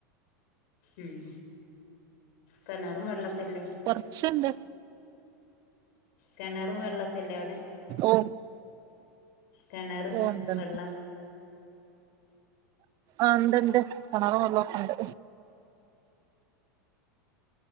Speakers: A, on the left; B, on the right.
A: ഉം കെണറും വള്ളൊക്കെല്ലേ
B: കൊർച്ച്ണ്ട്
A: കെണറും വെള്ളൊക്കല്ലേ അവിടെ
B: ഓ
A: കെണറ്
B: ഉണ്ട്ണ്ട്
A: വെള്ളം
B: ആഹ് ഇണ്ട് ഇണ്ട് കെണറും വെള്ളൊക്കെണ്ട്